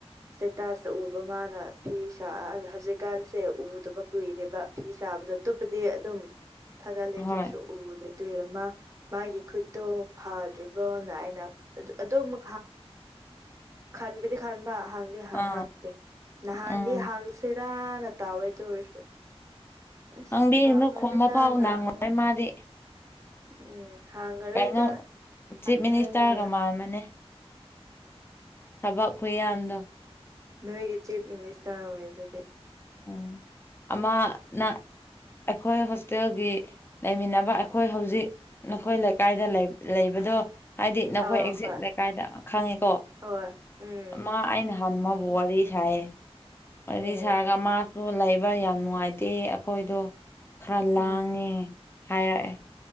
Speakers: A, on the right (about 30°); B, on the left (about 20°).
A: ꯁꯇꯦꯇꯥꯁꯇ ꯎꯕ ꯃꯥꯅ ꯐꯤ ꯁꯥ ꯍꯧꯖꯤꯛꯀꯥꯟꯁꯦ ꯎꯗꯕ ꯀꯨꯏꯔꯦꯕ ꯐꯤ ꯁꯥꯕꯗꯣ꯫ ꯑꯇꯣꯞꯄꯗꯤ ꯑꯗꯨꯝ ꯐꯥꯒꯠꯂꯦ ꯑꯗꯨ
B: ꯍꯣꯏ
A: ꯑꯣꯢꯁꯨ ꯎ ꯑꯗꯨꯏ ꯃꯥ ꯃꯥꯒꯤ ꯈꯨꯠꯇꯣ ꯐꯗ꯭ꯔꯤꯕꯣꯅ ꯑꯩꯅ ꯑꯗꯨ ꯃꯥ ꯈꯟꯕꯗꯤ ꯈꯟꯕ ꯍꯪꯗꯤ ꯍꯪ
B: ꯑꯥ
A: ꯉꯥꯛꯇꯦ ꯅꯍꯥꯟꯗꯤ
B: ꯎꯝ
A: ꯍꯪꯁꯦ ꯇꯥꯅ ꯇꯥꯑꯣꯏꯗ ꯑꯣꯏꯁꯨ ꯑꯁ
B: ꯅꯪꯗꯤ
A: ꯁꯥꯡꯉꯔ
B: ꯈꯣꯝꯕ
A: ꯇꯅ
B: ꯐꯥꯎ ꯅꯪꯉꯣꯏ
A: ꯑꯃꯨꯛ꯫
B: ꯃꯥꯗꯤ꯫
A: ꯎꯝ ꯍꯥꯡꯉꯔꯣꯏꯗ
B: ꯀꯩꯅꯣ ꯆꯤꯞ
A: ꯍꯥꯡꯉꯔꯣꯏꯒꯦꯅ꯫
B: ꯃꯤꯅꯤꯁꯇꯔꯒ ꯃꯥꯟꯕꯅꯦ ꯊꯕꯛ ꯈꯨꯌꯥꯝꯗꯣ꯫
A: ꯅꯣꯏꯒꯤ ꯆꯤꯐ ꯃꯤꯅꯤꯁꯇꯔ ꯑꯣꯏ ꯑꯗꯨꯗꯤ꯫
B: ꯎꯝ ꯑꯃꯅ ꯑꯩꯈꯣꯏ ꯍꯣꯁꯇꯦꯜꯒꯤ꯫ ꯂꯩꯃꯤꯟꯅꯕ ꯑꯩꯈꯣꯏ ꯍꯧꯖꯤꯛ ꯅꯈꯣꯏ ꯂꯩꯀꯥꯏꯗ ꯂꯩ ꯂꯩꯕꯗꯣ꯫ ꯍꯥꯏꯗꯤ ꯅꯈꯣꯏ
A: ꯑꯧ
B: ꯑꯦꯛꯖꯦꯛ
A: ꯍꯣꯏ
B: ꯂꯩꯀꯥꯏꯗ ꯈꯪꯉꯤꯀꯣ
A: ꯍꯣꯏ ꯎꯝ
B: ꯃꯥ ꯑꯩꯅ ꯍꯟ ꯋꯥꯔꯤ ꯁꯥꯏꯌꯦ ꯄꯨꯋꯥꯔꯤ
A: ꯑꯣ
B: ꯁꯥꯔꯒ ꯃꯁꯨ ꯑꯗꯨ ꯂꯩꯕ ꯌꯥꯝ ꯅꯨꯡꯉꯥꯏꯇꯦ ꯑꯩꯈꯣꯏꯗꯣ ꯈꯔ ꯂꯥꯡꯉꯦ
A: ꯎꯝ
B: ꯍꯥꯏꯔꯛꯑꯦ꯫